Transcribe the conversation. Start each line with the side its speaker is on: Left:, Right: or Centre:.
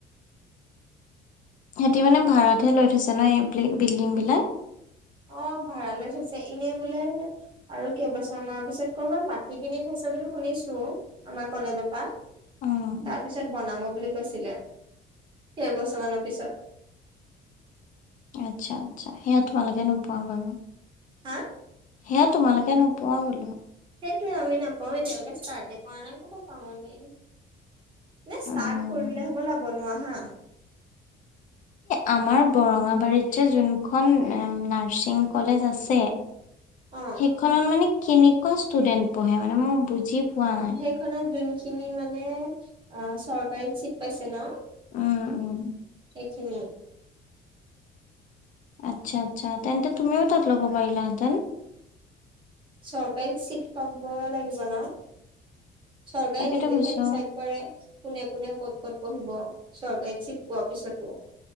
Left: সিহঁতি মানে ভড়াতহে লৈ থৈছে ন এই বিল্ডিং বিলাক।
Right: অ', ভাড়া লৈ থৈছে এনেই বোলে আৰু কেইবছৰমানানৰ পিছত কৰবাত মাটি কিনি থৈছে বুলি শুনিছো আমাৰ কলেজৰ পৰা
Left: উম
Right: তাৰ পিছত বনাব বুলি কৈছিলে এৰবছৰ মানৰ পিছত।
Left: আচ্ছা, আচ্ছা সেয়া তোমালোকে নোপোৱা বাৰু।
Right: হা।
Left: এ তোমালোকে নোপোৱা বুলু।
Right: সেইটোৱে আমি নাপাওঁ এতিয়ালৈকে ষ্টাৰ্টে কৰা নাই ক'ৰ পৰা পাম আমি। নে ষ্টাৰ্ট
Left: উম
Right: কৰিলে হ'বলা বনোৱা হা।
Left: আমাৰ বৰঙাবাৰীত যে যোনখন নাৰ্ছিং কলেজ আছে।
Right: অ
Left: সেইখনত মানে কেনেকুৱা ষ্টুডেন্ট পঢ়ে মানে মই বুজি পোৱা নাই
Right: সেইখনত যোনখিনি মানে অ', চৰকাৰী চিট পাইছে ন'।
Left: উম', উম।
Right: সেইখিনি।
Left: আচ্ছা আচ্ছা তেন্তে তুমিও তাত ল'ব পাৰিলাহেতেন।
Right: চৰকাৰী চিট পাব লাগিব ন'। চৰকাৰে
Left: তাকেতো
Right: নিজেহে
Left: কৈছো
Right: ডিচাইড কৰে কোনে কোনে ক'ত ক'ত পঢ়িব চৰকাৰী চিট পোৱা পিছতো।